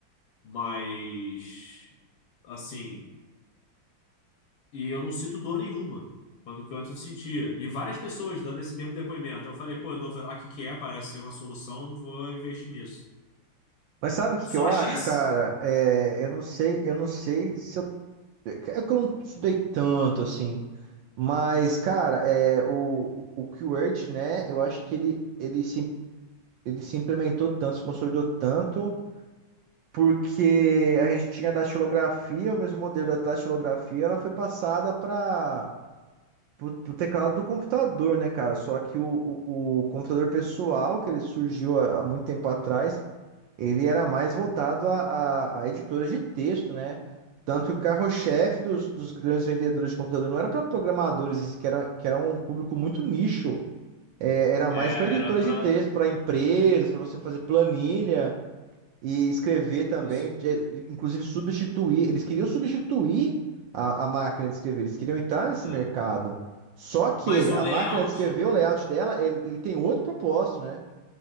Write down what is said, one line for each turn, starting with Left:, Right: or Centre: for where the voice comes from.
Left: Mas, assim, e eu não sinto dor nenhuma, quando que antes eu sentia. E várias pessoas dando esse mesmo depoimento. Eu falei, pô, eu dou Doverac que é, parece ser uma solução, vou investir nisso.
Right: Mas sabe o que
Left: Só
Right: que eu acho,
Left: a X?
Right: cara? É, eu não sei, eu não sei se eu. É que eu não estudei tanto assim. Mas, cara, é, o, o QWERTY, né? Eu acho que ele, ele, se, ele se implementou tanto, se consolidou tanto, porque a gente tinha a datilografia, o mesmo modelo da datilografia, ela foi passada para o teclado do computador, né, cara? Só que o, o, o computador pessoal, que ele surgiu há há muito tempo atrás, ele era mais voltado a, a, a editoras de texto, né? Tanto que o carro-chefe dos, dos grandes vendedores de computador não era para programadores, que era, que era um público muito nicho. É, era
Left: É,
Right: mais para editoras
Left: era pra.
Right: de texto, para empresas, para você fazer planilha e escrever também,
Left: Isso.
Right: é, inclusive substituir. Eles queriam substituir a, a máquina de escrever, eles queriam entrar nesse
Left: né?
Right: mercado. Só que
Left: Mas o
Right: a
Left: layout.
Right: máquina de escrever, o layout dela, ele, ele tem outro propósito, né?